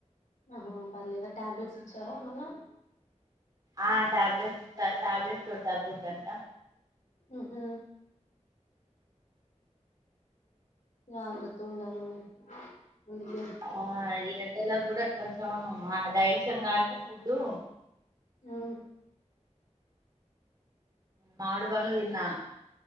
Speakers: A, on the left (about 80°); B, on the right (about 30°).
A: ఆహా పర్లేదా ట్యాబ్లెట్స్ ఇచ్చారా ఏమన్నా
B: ఆ ట్యాబ్లెట్స్ ఇచ్చరు టాబ్లెట్స్ తో తగ్గుదంట
A: హ్ హ్ జాగ్రత్తగ ఉండాలండి అందుకే
B: ఆ ఈ ఎండలో కూడా కొంచెం ఆ డిజెషన్ కాక ఫుడ్డు
A: హ్
B: మావిడి పండ్లు తిన్న